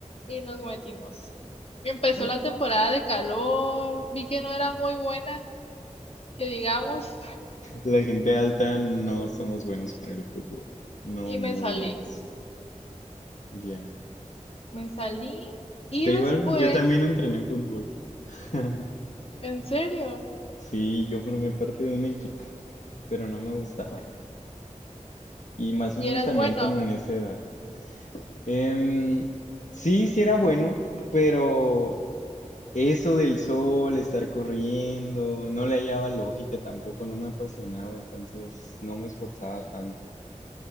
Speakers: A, on the left; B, on the left.
A: y nos metimos. Y Empezó
B: Buah.
A: la temporada de calor, vi que no era muy buena, que digamos,
B: La gente alta no somos buenos para el fútbol. No
A: y me
B: muy
A: salí.
B: buenos. Ya.
A: Me salí y
B: Te digo
A: después,
B: algo, yo también entrené fútbol. <laughs>
A: en serio,
B: Sí, yo formé parte de un equipo, pero no me gustaba. Y más
A: y
B: o menos
A: eras
B: también
A: bueno.
B: como en esa edad. Em, sí, sí era bueno, pero eso del sol, estar corriendo, no le hallaba lógica tampoco, no me apasionaba, entonces no me esforzaba tanto.